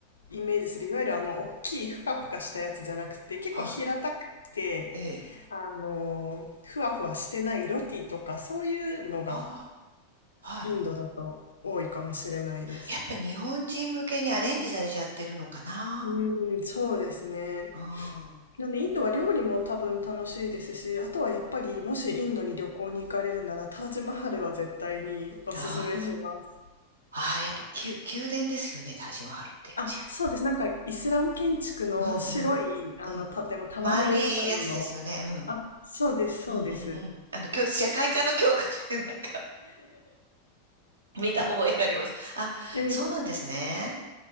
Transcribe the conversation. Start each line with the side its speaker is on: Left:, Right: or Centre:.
Left: イメージする、いわゆるあの大きいふかふかしたやつじゃなくて、結構平たくて、
Right: あ、はい。ええ。
Left: あの、ふわふわしてないロティとかそういうのが
Right: ああ、はい。
Left: インドだと多いかもしれないです。
Right: やっぱ日本人向けにアレンジされちゃってるのかな。
Left: うん、そうですね。
Right: ああ、
Left: でもね、インドは料理も多分楽しいですし、あとはやっぱりもしインドに旅行に行かれるならタージマハルは絶対におすすめします。
Right: うん。ああ、ああ、やっぱ宮、宮殿ですよね、タージマハルって。
Left: あ、そうです。なんかイスラム建築の白いあの建物、
Right: うんうん。うん。
Left: 玉ねぎ頭の。
Right: 丸いやつですよね。うん。
Left: あ、そうです、そうです。
Right: うんうんうん。あの、今日、社会科の教科書でなんか <laughs> 見た覚えがあります。あ、
Left: ええ。
Right: そうなんですね。